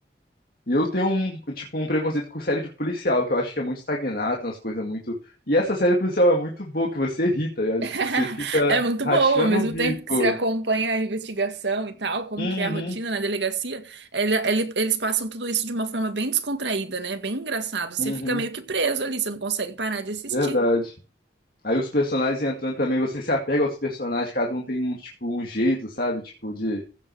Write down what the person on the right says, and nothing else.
<laughs>
É muito
bom, ao mesmo
tempo que você acompanha a investigação e tal, como
que é a rotina na delegacia, ele- ele- eles passam tudo isso de uma forma bem descontraída, né? Bem engraçado. Você
fica meio que preso ali, você não consegue parar de assistir.